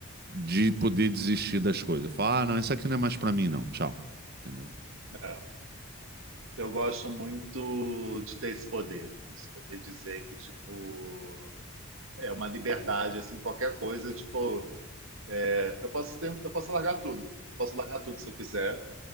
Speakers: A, on the right; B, on the right.
A: de poder desistir das coisas. Eu falo, ah, não, isso aqui não é mais pra mim, não. Tchau. Entendeu?
B: É. Eu gosto muito de ter esse poder, de poder dizer que, tipo, é uma liberdade, assim, qualquer coisa, tipo, É, Eu posso ter, eu posso largar tudo. Posso largar tudo se eu quiser